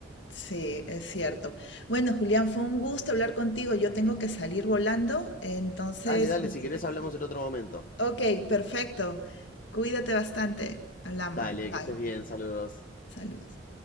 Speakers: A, on the left; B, on the left.
A: sí, es cierto. Bueno, Julián, fue un gusto hablar contigo. Yo tengo que salir volando, entonces,
B: Dale, dale,
A: eh,
B: si querés Entonces, hablamos en otro momento.
A: ok, perfecto. Cuídate bastante. Hablamos.
B: Dale,
A: Bye.
B: que estés bien, saludos.
A: Saludos.